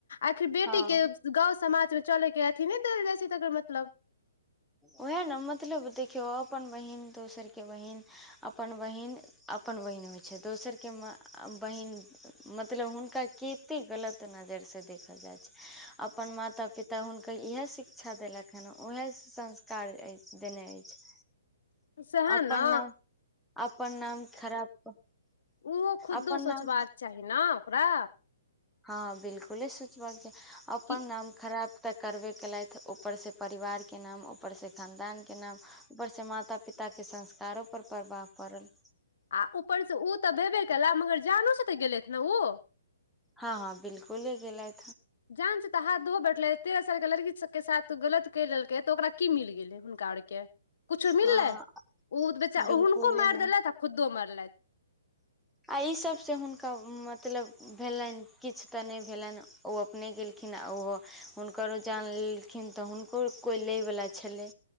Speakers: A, on the left (about 60°); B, in the centre.
A: आखिर बेटी
B: हँ
A: के। गाँव समाजमे चलयके अथी नहि देल जाइ छै तकर मतलब।
B: उएह ने मतलब देखियौ अपन बहिन दोसरके बहिन अपन बहिन। अपन बहिन होइ छै दोसरके बहिन। मतलब हुनका कतेक गलत नजरिसँ देखल जाइत छै अपन माता पिता। तऽ हुनकर इएह शिक्षा देलक हँ ओएह संस्कार देने अछि।
A: सएह
B: अपन
A: ने
B: नाम अपन नाम खराब।
A: उहो खुदो
B: अपन
A: सोचबाक
B: नाम
A: चाही ने ओकरा।
B: हँ बिलकुले सोचबाक चाहि अपन
A: कि
B: नाम खराब। तऽ करबे कयेलथि ऊपर से परिवारके नाम ऊपर से खानदानके नाम। ऊपर से माता पिता के संस्कारो पर प्रभाव पड़त
A: आ ऊपरसँ ओ तऽ भेबे केलए मगर जानोसँ तऽ गेलथि ने ओ।
B: हँ हँ बिल्कुल ले गेलेलय।
A: जान छै तऽ हाथ धोहो बैठलै तेरह सालके लड़कीसभके साथ गलत कहि लेलकै तऽ ओकरा की मिल गेलै हुनका आओरके। कुछ मिललै
B: हँ
A: ओ बच्चा
B: बिल्कुले
A: हुनको मारि
B: नहि
A: देलथि आ खुदो मारलथि।
B: आई सभसँ हुनका मतलब। भेलनि किछु तऽ नहि भेलनि ओ अपने गेलखिन आ ओहो। हुनकरो जान लेलखिन तऽ हुनको कोइ लयवला छलै।